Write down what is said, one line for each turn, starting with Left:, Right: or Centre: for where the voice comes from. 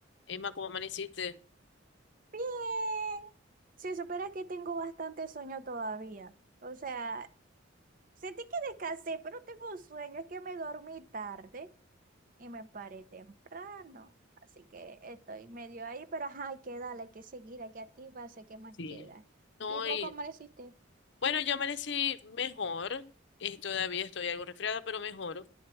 Left: Emma, ¿cómo amaneciste?
Right: Bien, si supieras que tengo bastante sueño todavía. O sea, sentí que descansé, pero tengo un sueño, es que me dormí tarde y me paré temprano. Así que estoy medio ahí, pero ajá, hay que darle, hay que seguir, hay que activarse, ¿qué más
Left: Sí.
Right: queda?
Left: No,
Right: ¿Y vos
Left: y
Right: cómo lo hiciste?
Left: bueno, yo amanecí mejor. eh, todavía estoy algo resfriada, pero mejor.